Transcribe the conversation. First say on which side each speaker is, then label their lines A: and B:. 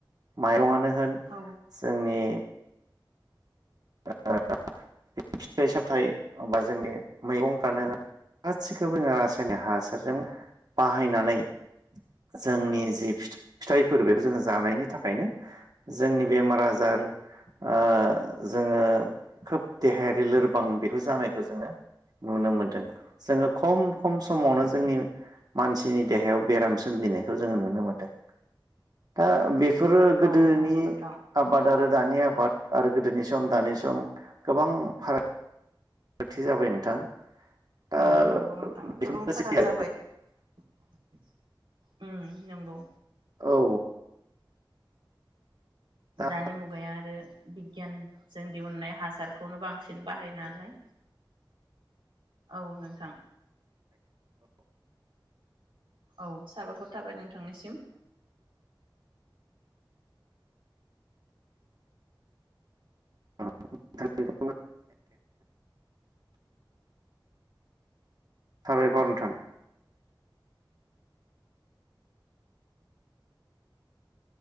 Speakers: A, on the right; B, on the right.
A: माइरंआनो होन
B: औ
A: जोंनि <unintelligible> फिथाइय सामथाइ बा जोंनि मैगंफ्रानो होन गासिखौबो जोङो रासायनिक हासारजों बाहायनानै जोंनि जि फिथाइफोर बेखौ जोङो जानायनि थाखायनो जोंनि बेमार आजार ओ जोङो खोब देहायारि लोरबां बेखौ जानायखौ जोङो नुनो मोनदों। जोङो खम खम समावनो जोंनि मानसिनि देहायाव बेराम सोमजिनायखौ जोङो नुनो मोनदों दा बे फोरो गोदोनि
B: औ नंगौ नोंथां
A: आबाद आरो दानि आबाद आरो गोदोनि सम दानि सम गोबां फाराग गथि जाबाय नोंथां। दा
B: औ नंगौ नोंथां
A: बेफोरनोसै
B: गोबां फाराग
A: आरो
B: जाबाय। उम नंगौ।
A: औ। दा
B: दानि मुगाया आरो बिगियानजों दिहुननाय हासारखौनो बांसिन बाहायो नालाय। औ नोंथां। औ। साबायखर थाबाय नोंथांनिसिम।
A: <unintelligible> साबायखर नोंथां।